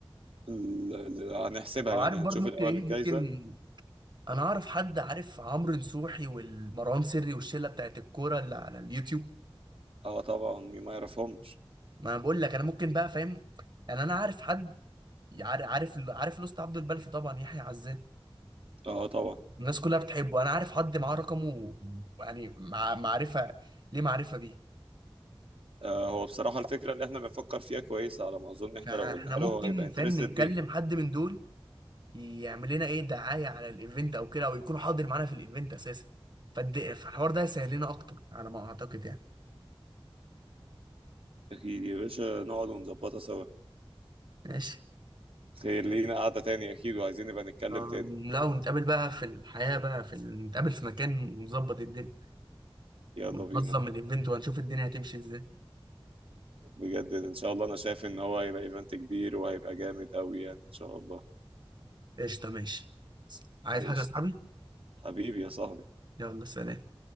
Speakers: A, on the right (about 75°); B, on the right (about 50°).
A: ال- ال- هنحسبها
B: او
A: يعني
B: عارف برضو
A: هنشوف
B: ممكن
A: الاول
B: ايه
A: الجايزة
B: ممكن انا اعرف حد عارف عمرو نصوحي والمروان سري والشله بتاعت الكوره اللي على اليوتيوب
A: اه طبعا مين ما يعرفهمش
B: ما انا بقول لك انا ممكن بقى فاهم يعني انا عارف حد عارف عارف عارف لوست عبد البلفي طبعا يحيى عزام
A: اه طبعا
B: الناس كلها بتحبه انا عارف حد معاه رقمه يعني مع معرفه ليه معرفه بيه
A: آه هو بصراحة الفكرة اللي احنا بنفكر فيها كويسة على ما اظن احنا
B: فاحنا
A: لو قلناها له
B: ممكن
A: هو هيبقى انترستد
B: فاهم نتكلم
A: ليها
B: حد من دول يعمل لنا ايه دعايه على الايفنت او كده او يكون حاضر معانا في الايفنت اساسا فالد- فالحوار ده هيسهل لنا اكتر على ما اعتقد يعني
A: اكيد يا باشا نقعد ونظبطها سوا
B: ماشي
A: خير لينا قعدة تاني اكيد وعايزين نبقى نتكلم
B: ما-
A: تاني
B: لو نتقابل بقى في الحياه بقى في ال- نتقابل في مكان ونظبط الدنيا
A: يلا
B: وننظم
A: بينا
B: الايفنت وهنشوف الدنيا هتمشي ازاي
A: بجد ان شاء الله انا شايف ان هو هيبقى ايفنت كبير وهيبقى جامد قوي يعني ان شاء الله
B: قشطه ماشي عايز
A: ايش
B: حاجه يا صاحبي
A: حبيبي يا صاحبي
B: يلا سلام